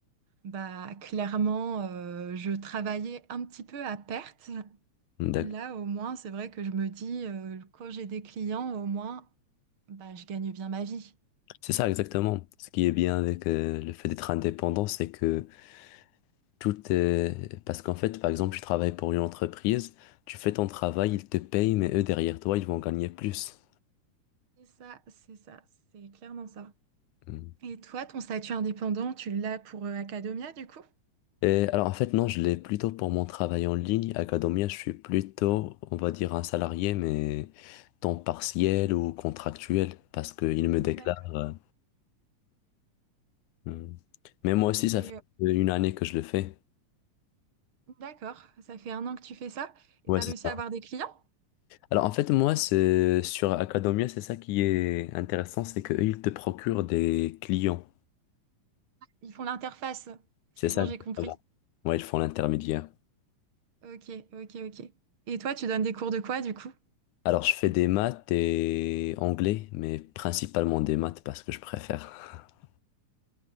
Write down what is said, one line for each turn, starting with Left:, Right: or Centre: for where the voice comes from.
Right: bah, clairement, euh, je travaillais un petit peu à perte.
Left: D'accord.
Right: Là, au moins, c'est vrai que je me dis, euh, quand j'ai des clients, au moins, bah, je gagne bien ma vie.
Left: C'est ça exactement. Ce qui est bien avec euh, le fait d'être indépendant, c'est que tout est... Parce qu'en fait, par exemple, tu travailles pour une entreprise, tu fais ton travail, ils te payent, mais eux, derrière toi, ils vont gagner plus.
Right: C'est ça, c'est ça, c'est clairement ça.
Left: Mm.
Right: Et toi, ton statut indépendant, tu l'as pour euh, Acadomia, du coup?
Left: Et alors, en fait, non, je l'ai plutôt pour mon travail en ligne. À Academia, je suis plutôt, on va dire, un salarié, mais temps partiel ou contractuel, parce qu'ils me
Right: D'accord.
Left: déclarent... euh, ouais. Mm. Mais moi aussi, ça
Right: Et
Left: fait
Right: euh,
Left: une année que je le fais.
Right: d'accord, ça fait un an que tu fais ça et
Left: Ouais,
Right: tu as
Left: c'est
Right: réussi
Left: ça.
Right: à avoir des clients?
Left: Alors en fait moi c'est sur Academia c'est ça qui est intéressant c'est qu'eux ils te procurent des clients
Right: Ils font l'interface. C'est
Left: c'est ça
Right: bon,
Left: exactement
Right: j'ai compris.
Left: ouais ils font l'intermédiaire
Right: Ok, ok, ok. Et toi, tu donnes des cours de quoi, du coup?
Left: alors je fais des maths et anglais mais principalement des maths parce que je préfère <laughs>